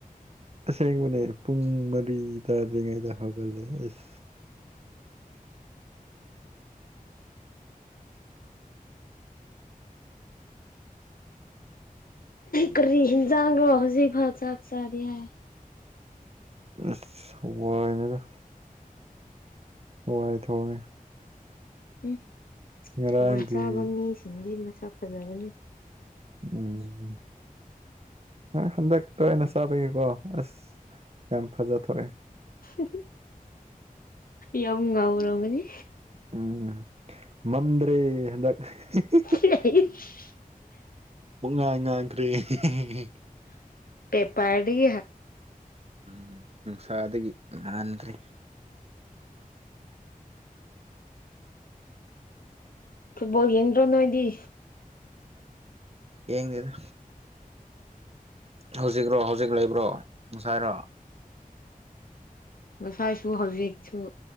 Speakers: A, on the right; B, on the left.
A: ꯑꯁꯦꯡꯕꯅꯦ ꯄꯨꯡ ꯃꯔꯤ ꯇꯥꯗ꯭ꯔꯤꯉꯩꯗ ꯍꯧꯒꯠꯂꯦ ꯑꯁ
B: ꯀꯔꯤ ꯍꯤꯟꯖꯥꯡꯔꯣ ꯍꯧꯖꯤꯛ ꯐꯥꯎ ꯆꯥꯛ ꯆꯥꯔꯤ ꯍꯥꯏ
A: ꯑꯁ ꯍꯋꯥꯏꯅꯤꯗ ꯍꯋꯥꯏ ꯊꯣꯡꯉꯦ
B: ꯎꯝ
A: ꯉꯔꯥꯡꯒꯤ
B: ꯍꯋꯥꯢ ꯆꯥꯕ ꯃꯤꯁꯤꯡꯗꯤ ꯃꯁꯛ ꯐꯖꯕꯅꯦ
A: ꯎꯝ ꯍꯟꯗꯛꯇ ꯇꯣꯏꯅ ꯆꯥꯕꯒꯤꯀꯣ ꯑꯁ ꯌꯥꯝ ꯐꯖꯊꯣꯔꯛꯑꯦ
B: <unintelligible> ꯌꯥꯝ ꯉꯧꯔꯝꯒꯅꯤ
A: ꯎꯝ ꯃꯝꯗ꯭ꯔꯦ ꯍꯟꯗꯛ <unintelligible>
B: <inaudible>
A: ꯄꯨꯟꯉꯥꯡ ꯉꯥꯡꯈ꯭ꯔꯦ <unintelligible>
B: ꯄꯦꯄꯥꯔꯗꯒꯤ ꯍꯒ
A: ꯎꯝ ꯅꯨꯡꯁꯥꯗꯒꯤ ꯉꯥꯡꯍꯟꯗ꯭ꯔꯦ
B: ꯐꯨꯠꯕꯣꯜ ꯌꯦꯡꯗ꯭ꯔꯣ ꯅꯣꯏꯗꯤ
A: ꯌꯦꯡꯗꯦꯗ ꯍꯧꯖꯤꯛꯔꯣ ꯍꯧꯖꯤꯛ ꯂꯩꯕ꯭ꯔꯣ ꯉꯁꯥꯏꯔꯣ
B: ꯉꯁꯥꯏꯁꯨ ꯍꯧꯖꯤꯛꯁꯨ